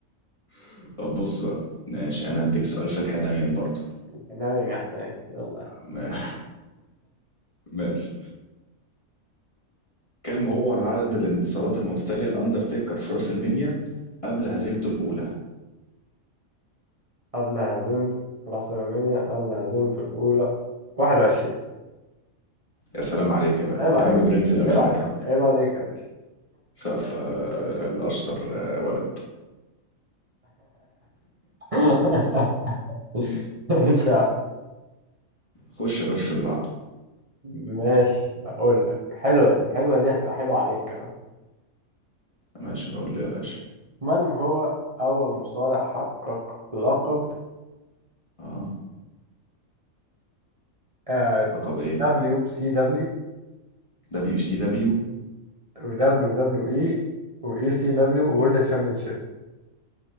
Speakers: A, on the left (about 20°); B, on the right (about 25°).
A: <laughs> طب بص بقى ماشي انا هديك سؤال في الحنين برضه
B: حنين يا حنين يلا
A: ما- <laughs> ماشي كم هو عدد الانتصارات المتتاليه لاندرتيكر في راس المنيا قبل هزيمته الاولى
B: قبل هزمت العاصمية قبل هزمت الأولى 21
A: يا سلام عليك يا بقى
B: عيب عليك
A: يا عم برنس زمانك
B: عيب عليك
A: يا عم
B: عيب عليك يا باشا
A: سقف آه، الاشطر آه، ولد
B: <laughs> مش عارف.
A: خش يا باشا في اللي بعده
B: ماشي هقول لك حلوة دي حلوة دي هتبقى حلوة عليك كمان.
A: ماشي اقول له يا باشا
B: من هو أول مصارع حقق لقب
A: اه
B: آه،
A: لقب ايه
B: WCW
A: دبليو سي دبليو
B: و WWE و ECW World Championship